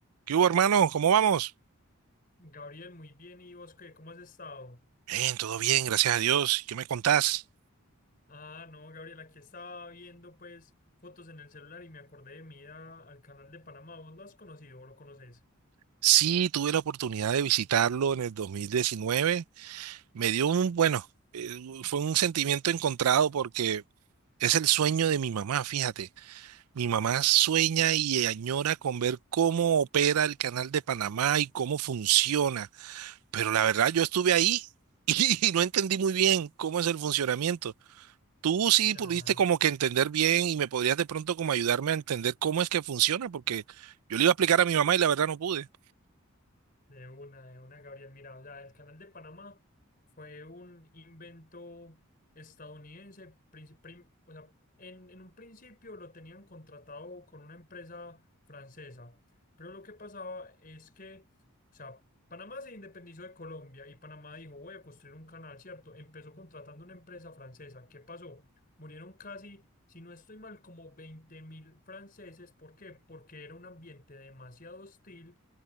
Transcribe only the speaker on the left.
Gabriel, muy bien. ¿Y vos qué? ¿Cómo has estado?
Ah, no, Gabriel, aquí estaba viendo pues fotos en el celular y me acordé de mí a- al canal de Panamá. ¿Vos lo has conocido o lo conoces?
Ah.
De una, de una, Gabriel. Mira, o sea, el Canal de Panamá fue un invento estadounidense. princi- prim- o sea, en, en un principio lo tenían contratado con una empresa francesa, pero lo que pasaba es que, o sea, Panamá se independizó de Colombia y Panamá dijo, voy a construir un canal, ¿cierto? Empezó contratando una empresa francesa. ¿Qué pasó? Murieron casi, si no estoy mal, como veinte mil franceses. ¿Por qué? Porque era un ambiente demasiado hostil